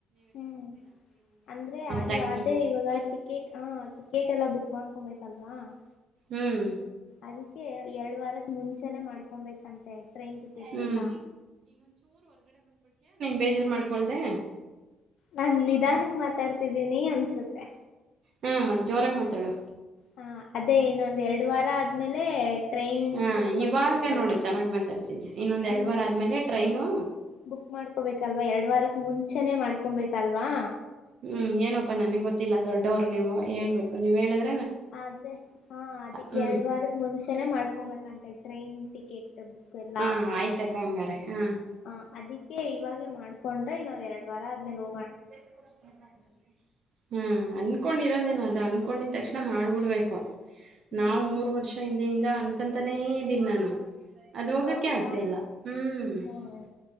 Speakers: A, on the left; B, on the right.
A: ಹ್ಮ್ <unintelligible> ಅಂದ್ರೆ
B: ತಂಗಿ
A: ಇವ ಅದೇ ಇವಾಗ ಟಿಕೆಟ್ ಹ ಕೇಟ್ ಎಲ್ಲಾ ಬುಕ್ ಮಾಡ್ಕೊಬೇಕಲ್ವಾ <unintelligible>
B: ಹ್ಮ್
A: ಅದಕ್ಕೆ ಎರಡು ವಾರದ್ ಮುಂಚೇನೆ ಮಾಡ್ಕೊಬೇಕಂತೆ ಟ್ರೈನ್ ಟಿಕೆಟ್ನೆಲ್ಲ
B: ಹ್ಮ್ ಬೇಜಾರ್ ಮಾಡ್ಕೊಳ್ದೆ
A: ನಾನ್ ನಿಧಾನಕ್ಕೆ ಮಾತ್ ತಾಡ್ತಿದ್ದೀನಿ ಅನ್ಸುತ್ತೆ.
B: ಹಾ ಮತ್ ಜೋರಾಗ್ ಮಾತಾಡು.
A: ಹ ಅದೇ ಇನ್ನೊಂದ್ ಎರಡು ವಾರ ಆದ್ಮೇಲೆ ಟ್ರೈನ್
B: ಹಾ
A: ಬುಕ್ ಮಾಡ್ಕೋಬೇಕಲ್ಲ
B: ಇವಾಗ ನೋಡು
A: <unintelligible>
B: ಚೆನ್ನಾಗ್ ಮಾತಾಡ್ತಿದ್ಯಾ ಇನ್ನೊಂದ್ ಎರಡ್
A: ಹ್ಮ್
B: ವಾರ ಆದ್ಮೇಲೆ
A: <unintelligible>
B: ಟ್ರೈನು
A: ಬುಕ್ ಮಾಡ್ಕೋಬೇಕಲ್ವಾ ಎರಡು ವಾರಕ್ ಮು ಚೇನೆ ಮಾಡ್ಕೊಬೇಕಲ್ವಾ
B: ಹ್ಮ್ ಏನಪ್ಪಾ ನನಿಗ್ ಗೊತ್ತಿಲ್ಲಾ ದೊಡ್ಡೊವ್ರು ನೀವು ಹೇಳ್ಬೇಕು ನೀವ್ ಹೇಳಿದ್ರ್
A: ಅ ಅದೇ ಹಾ ಅದೇ
B: ಹ್ಮ್
A: ಎರಡ್ ವಾರದ್ ಮುಂಚೆ ನೆ ಮಾಡ್ಕೊಬೇಕಂತೆ ಟ್ರೈನ್ ಟಿಕೆಟ್. ಬುಕ್ ಎಲ್ಲಾ
B: ಹಾ
A: <unintelligible>
B: ಆಯ್ತಕ್ಕ ಹಂಗಾರೆ ಹಾ
A: ಹ ಅದಕ್ಕೆ ಇವಾಗೆ ಮಾಡ್ಕೊಂಡ್ರೆ ಇನ್ನ ಎರಡ್ ವಾರ ಮೆನು
B: <unintelligible> ಹ್ಮ್ ಅನ್ಕೊಂಡಿರೋದೇನ ಅ ಅನ್ಕೊಂಡಿತಕ್ಷಣ ಮಾಡ್ಬಿಡ್ಬೇಕು.
A: ಹ್ಮ್
B: ನಾವ್ ಮೂರ್ ವರ್ಷ ಹಿಂದೆ ಹಿನ್ ದ ಅನ್ಕಂತಾನೇ ಇದಿನ್ ನಾನು. ಅದು ಹೋಗಕೆ
A: ಹೌದಾ
B: ಆಗ್ತಾ ಇಲ್ಲ ಹ್ಮ್ <unintelligible>
A: ಹ್ಮ್